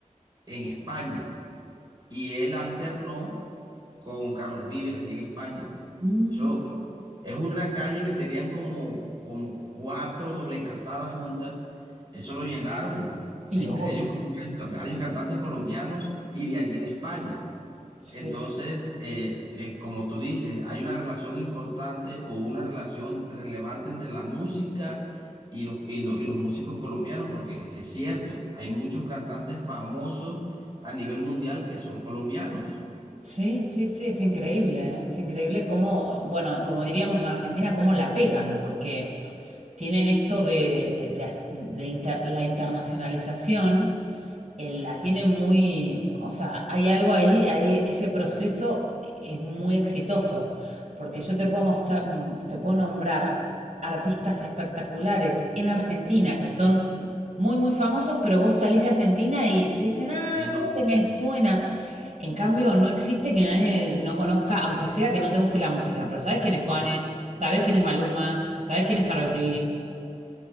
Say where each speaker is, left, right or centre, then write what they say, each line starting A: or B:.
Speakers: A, on the right (about 35°); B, on the right (about 70°).
A: en España. Y él alternó con Carlos Vives allí en España.
B: mm,
A: Eso es una calle que serían como, como cuatro doble calzadas juntas. Eso lo llenaron.
B: y
A: Entre
B: obvio,
A: ellos fueron varios, ca- varios cantantes colombianos y de allí de España.
B: sí.
A: Entonces, eh, eh, como tú dices, hay una relación importante o una relación relevante entre la música y los, y lo- y los músicos colombianos, porque es cierto, hay muchos cantantes famosos a nivel mundial que son colombianos.
B: Sí, sí, sí, es increíble, ¿eh? es increíble cómo, bueno, como diríamos en Argentina, cómo la pegan, porque tienen esto de, de- de as- de inter- la internacionalización, él la tiene muy, o sea, hay algo ahí, ahí- ese proceso es muy exitoso, porque yo te puedo mostrar, mm, te puedo nombrar artistas espectaculares en Argentina que son muy, muy famosos, pero vos salís de Argentina y te dicen, ah,
A: Y no,
B: creo que me suena. En cambio, no existe que nadie no conozca, aunque sea que no te guste la música, pero sabes quién es
A: lo
B: Juanes,
A: que
B: sabes quién es Maluma, sabes quién es Karol G,